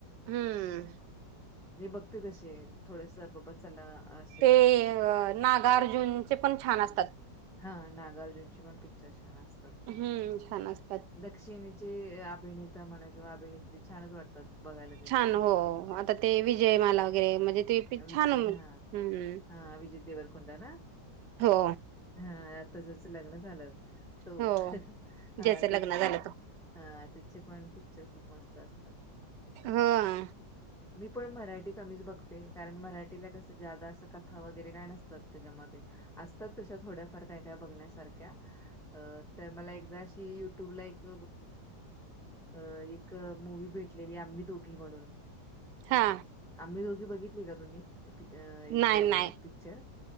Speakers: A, on the right; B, in the centre.
A: हम्म.
B: मी बघते तशे थोडस बाबत चला आत.
A: ते नागार्जुनचे पण छान असतात.
B: हा नागार्जुनचे पण पिक्चर छान असतात.
A: हम्म छान असतात.
B: दक्षिणेचे अभिनेता म्हणा किंवा अभिनेत्री छानच वाटतात बघायला. त्यांचे
A: छान
B: सगळे
A: हो
B: पिक्चर.
A: आता ते विजयमाला घे म्हणजे ते
B: विजय
A: छान!
B: हा
A: हम्म.
B: हा विजय देवरकोंडा ना.
A: हो.
B: हा तेजच लग्न झालं, तो,
A: हो
B: हा
A: ज्याचं
B: तेच
A: लग्न झालं तो
B: हा त्याचे पण पिक्चर खूप मस्त असतात.
A: हां.
B: <inaudible> मी पण मराठी कमीच बघते कारण मराठीला कसं जादा असं कथा वगैरे काय नसतात त्याच्यामध्ये. असतात तश्या थोड्याफार काय काय बघण्यासारख्या. अ तर मला एकदाशी युट्यूबला एक अ एक मुवी भेटलेली आम्ही दोघी म्हणून.
A: हा.
B: आम्ही दोघी बघितली का तुम्ही, एक
A: नाही नाही
B: पिक्चर,